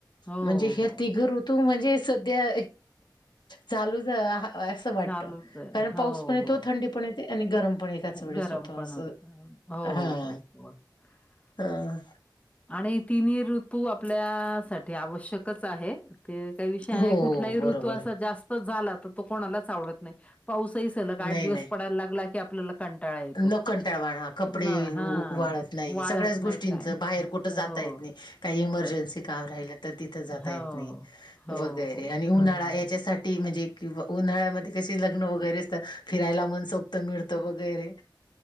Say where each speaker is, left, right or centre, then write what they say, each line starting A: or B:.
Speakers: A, on the left; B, on the left.
A: हो,
B: म्हणजे ह्य
A: हो.
B: तिघ ऋ तू म्हणजे सध्या चालू झा असं वाटतं
A: चालूच आहे.
B: कारण
A: हो,
B: पाऊस पण येतो
A: हो.
B: थंडी पण येते आणि गरम पण एकाच वेळेस
A: गरम
B: होतं
A: पण
B: असं
A: होतं. हो,
B: हा.
A: <inaudible>
B: हा.
A: आणि हे तिन्ही ऋतू आपल्या साठी आवश्यकच आहे. काही काही विषय नाही.
B: हो
A: कुठलाही
B: हो बरोबर
A: ऋतू असा
B: आहे
A: जास्त झाला तर तो कोणालाच आवडत नाही पाऊसही सलग आठ
B: नाही
A: दिवस
B: नाही
A: पडायला लागला की आपल्याला कंटाळा येतो,
B: न कंटाळवाणा कपडे
A: न हा
B: उ वाळत नाही
A: वाळत
B: सगळ्याच गोष्टींचं
A: नाही काय,
B: बाहेर कुठं
A: हो
B: जाता येत नाही काही इमर्जन्सी
A: ज
B: काम राहिल तर तिथ जात
A: हो.
B: येत नाही
A: हो,
B: वगैरे
A: हो.
B: उन्हाळा याच्यासाठी म्हणजे किंवा उन्हाळ्यामध्ये कसे लग्न वगैरे असतात फिरायला मनसोक्तं मिळतं वगैरे.